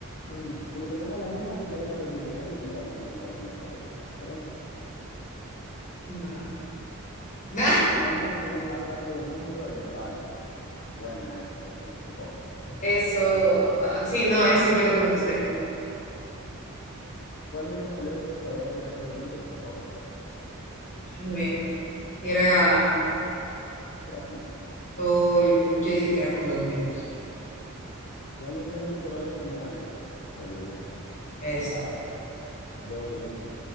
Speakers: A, on the left (about 55°); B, on the left (about 35°).
A: <clears throat> Como tenemos las mismas, si querés las voy viendo yo y y vamos viendo cuáles son las correctas y las incorrectas.
B: No. <laughs> Ah,
A: ¿Cuál es el animal más rápido del mundo? El guepardo. Buena, eh, eso, te tocó a vos.
B: eso.
A: o a mí.
B: Ajá. Sí, no, eso yo la contesté.
A: ¿Cuál es el mayor exportador de café del mundo? Te tocó a vos también.
B: Bien. Era.
A: Brasil.
B: Oh, yo, yo dije que era colombiano.
A: ¿Cuáles son los colores primarios? Salió bien.
B: Eso.
A: Vas dos de una.